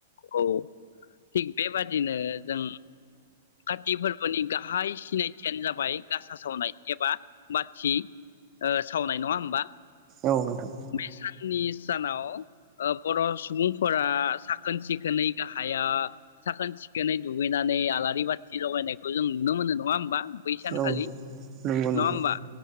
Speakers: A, on the left; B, on the right.
A: औ थिग बेबादिनो जों काति फोरबोनि गाहाय सिनाय खाथियानो जाबाय गासा सावनाय एबा बाथि ओ सावनाय नङा होमबा
B: औ नोंथां
A: बे साननि सानाव बर' सुबुंफोरा साखोन सिखोनै गाहाया साखोन सिखोनै दुगैनानै आलारि बाथि लगायनायखौ जों नुनो मोनो नङा होमबा। बै सानखालि
B: औ नंगौ नोंथां
A: नङा होमबा